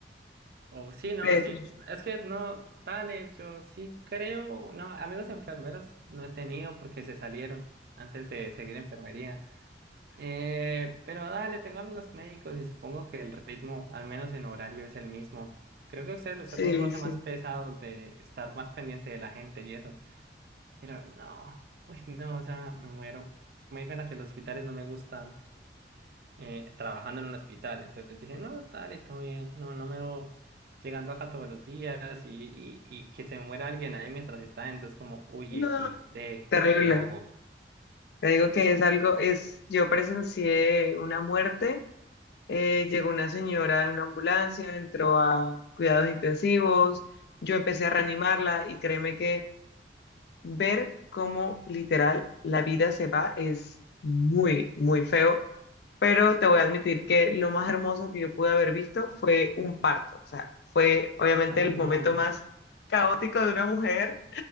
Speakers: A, on the right; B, on the left.
A: Oh, sí, no,
B: pero
A: sí. Es que no, dale, yo sí creo. No, amigos enfermeros no he tenido porque se salieron antes de seguir enfermería. Eh, pero dale, tengo amigos médicos y supongo que el ritmo, al menos en horario, es el mismo. Creo que a ustedes les
B: sí,
A: toca un roce
B: sí.
A: más pesados de estar más pendiente de la gente y eso. Pero no, uy, no, o sea, me muero. Me digan a que los hospitales no me gustan eh, trabajando en un hospital. Entonces dije, no, dale, todo bien. No, no me voy llegando acá todos los días y, y, y que se me muera alguien ahí mientras está. Entonces, como, uy,
B: No,
A: XD,
B: terrible.
A: ¿qué hago?
B: Te digo que es algo, es, yo presencié una muerte, eh, llegó una señora en una ambulancia, entró a cuidados intensivos, yo empecé a reanimarla y créeme que ver cómo literal la vida se va es muy, muy feo, pero te voy a admitir que lo más hermoso que yo pude haber visto fue un parto, o sea, fue obviamente
A: Ay,
B: el
A: no.
B: momento más caótico de una mujer.